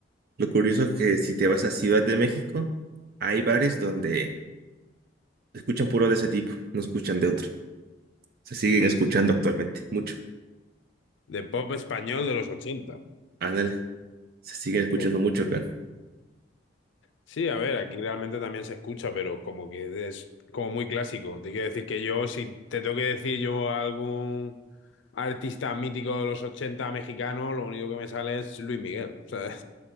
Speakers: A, on the right; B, on the left.
A: lo curioso es que si te vas a Ciudad de México, hay bares donde escuchan puro de ese tipo, no escuchan de otro. Se siguen escuchando actualmente, mucho.
B: De pop español de los ochenta
A: Ándale, se siguen
B: Joder.
A: escuchando mucho acá.
B: Sí, a ver, aquí realmente también se escucha, pero como que es como muy clásico. Te quiero decir que yo, si te tengo que decir yo algún artista mítico de los 80 mexicano, lo único que me sale es Luis Miguel. O sea,